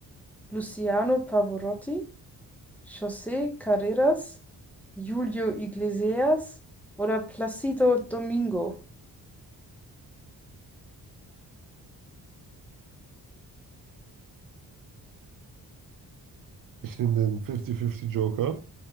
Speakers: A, in the centre; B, on the right (about 60°).
A: Luciano Pavarotti, José Carreras, Julio Iglesias oder Placido Domingo?
B: Ich nehme den 50-50 Joker.